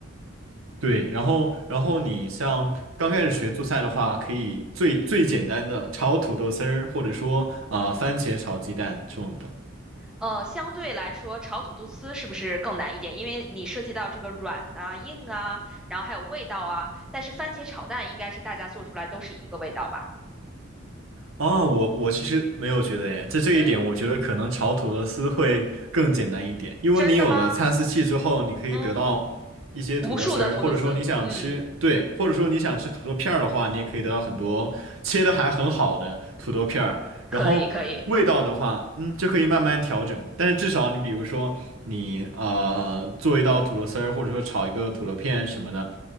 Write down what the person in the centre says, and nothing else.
呃，相对来说，炒土豆丝是不是更难一点？因为你涉及到这个软啊、硬啊，然后还有味道啊。但是番茄炒蛋应该是大家做出来都是一个味道吧？
嗯，
真的吗？
嗯。无数的土豆丝，
嗯，
可以可以，